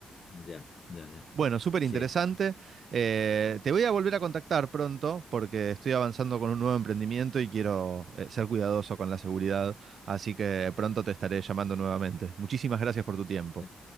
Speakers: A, on the left; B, on the right.
A: ya, ya, ya.
B: Bueno, súper
A: Sí.
B: interesante. Eh, te voy a volver a contactar pronto porque estoy avanzando con un nuevo emprendimiento y quiero eh, ser cuidadoso con la seguridad. Así que pronto te estaré llamando nuevamente. Muchísimas gracias por tu tiempo.
A: eh,